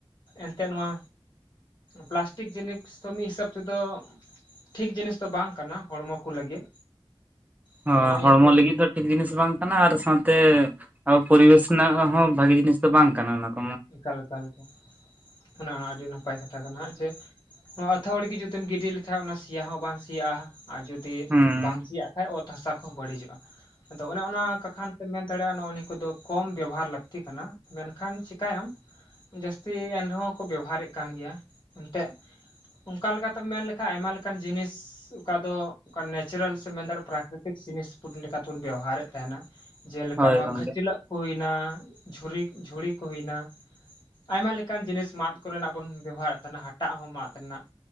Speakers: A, on the left; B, on the right.
A: ᱮᱱᱛᱮᱫ ᱱᱚᱣᱟ ᱯᱞᱟᱥᱴᱤᱠ ᱡᱤᱱᱤᱥ ᱫᱚ ᱢᱤᱫ ᱦᱤᱥᱟᱹᱵ ᱫᱚ ᱴᱷᱤᱠ ᱡᱤᱱᱤᱥ ᱫᱚ ᱵᱟᱝ ᱠᱟᱱᱟ ᱦᱚᱲᱢᱚ ᱠᱚ ᱞᱟᱹᱜᱤᱫ᱾ ᱟᱫᱚ
B: ᱦᱚᱸ
A: ᱚᱱᱟ ᱤᱭᱟᱹᱛᱮ
B: ᱦᱚᱲᱢᱚ ᱞᱟᱹᱜᱤᱫ ᱫᱚ ᱴᱷᱤᱠ ᱡᱤᱱᱤᱥ ᱵᱟᱝ ᱠᱟᱱᱟ ᱟᱨ ᱥᱟᱶᱛᱮ ᱟᱵᱚ ᱯᱚᱨᱤᱵᱮᱥ ᱨᱮᱱᱟᱜ ᱦᱚᱸ ᱵᱷᱟᱜᱤ ᱡᱤᱱᱤᱥ ᱫᱚ ᱵᱟᱝ ᱠᱟᱱᱟ ᱚᱱᱟ ᱫᱚ᱾
A: ᱮᱠᱟᱮᱠᱟᱞ ᱞᱮᱠᱟ ᱚᱱᱮ ᱚᱱᱟ ᱟᱹᱰᱤ ᱱᱟᱯᱟᱭ ᱠᱟᱛᱷᱟ ᱠᱟᱱᱟ ᱡᱮ ᱱᱚᱣᱟ ᱟᱹᱛᱷᱲᱤ ᱜᱮ ᱡᱩᱫᱤᱢ ᱜᱤᱰᱤ ᱞᱮᱠᱟᱱᱡ ᱚᱱᱟ ᱥᱮᱤᱭᱟ ᱦᱚᱸ ᱵᱟᱝ ᱥᱮᱭᱟᱜᱼᱟ ᱟᱨ ᱡᱩᱫᱤ
B: ᱦᱩᱸ
A: ᱵᱟᱝ ᱥᱮᱭᱟᱜ ᱠᱷᱟᱡ ᱚᱛ ᱦᱟᱥᱟ ᱠᱚᱦᱚᱸ ᱵᱟᱹᱲᱤᱡᱚᱜᱼᱟ ᱟᱫᱚ ᱚᱱᱮ ᱚᱱᱟ ᱠᱟᱛᱷᱟ ᱛᱮᱢ ᱢᱮᱱ ᱫᱟᱲᱮᱭᱟᱜᱼᱟ ᱱᱚᱜ ᱱᱤᱭᱟᱹ ᱠᱚᱫᱚ ᱠᱚᱢ ᱵᱮᱵᱚᱦᱟᱨ ᱞᱟᱹᱠᱛᱤ ᱠᱟᱱᱟ ᱢᱮᱱᱠᱷᱟᱱ ᱪ ᱛᱟᱭᱚᱢ ᱡᱟᱹᱥᱛᱤ ᱮᱱ ᱨᱮᱦᱚᱸ ᱠᱚ ᱵᱮᱵᱦᱟᱨᱮᱫ ᱠᱟᱱ ᱜᱮᱭᱟ ᱮᱱᱛᱮᱜ᱾ ᱚᱱᱠᱟ ᱞᱮᱠᱟᱛᱮᱢ ᱢᱮᱱ ᱞᱮᱠᱷᱟᱡ ᱟᱭᱢᱟ ᱞᱮᱠᱟᱱ ᱡᱤᱱᱤᱥ ᱚᱠᱟ ᱫᱚ ᱚᱱᱠᱟ ᱱᱮᱪᱟᱨᱮᱞ ᱥᱮ ᱢᱮᱱ ᱫᱟᱲᱭᱟᱜᱼᱟ ᱯᱨᱟᱠᱨᱤᱛᱤᱠ <unintelligible> ᱡᱤᱱᱤᱥ ᱵᱚᱱ ᱞᱮᱠᱟ ᱞᱮᱠᱟᱛᱮᱵᱚᱱ ᱵᱮᱣᱦᱟᱨᱮᱫ ᱛᱟᱦᱮᱱᱟ᱾ ᱡᱮᱞᱮᱠᱟ
B: ᱦᱳᱭ
A: ᱱᱚᱣᱟ
B: ᱜᱚᱝᱠᱮ
A: ᱠᱷᱟᱹᱪᱞᱟᱹᱜ ᱠᱚ ᱦᱩᱭᱱᱟ ᱡᱷᱩᱨᱤ ᱡᱷᱩᱲᱤ ᱠᱚ ᱦᱩᱭᱱᱟ᱾ ᱟᱭᱢᱟ ᱞᱮᱠᱟᱱ ᱡᱤᱱᱤᱥ ᱢᱟᱫ ᱠᱚᱨᱮᱱᱟᱜ ᱵᱚᱱ ᱵᱮᱵᱦᱟᱨᱮᱫ ᱛᱟᱦᱮᱱᱟ ᱦᱟᱴᱟᱜ ᱦᱚᱸ ᱢᱟᱫ ᱨᱮᱱᱟᱜ,